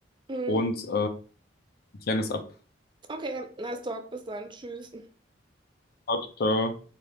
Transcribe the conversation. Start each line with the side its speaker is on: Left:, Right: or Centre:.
Right: Mhm.
Left: und äh, klären das ab.
Right: Okay, nice talk, bis dann, tschüss.
Left: Ciao, ciao.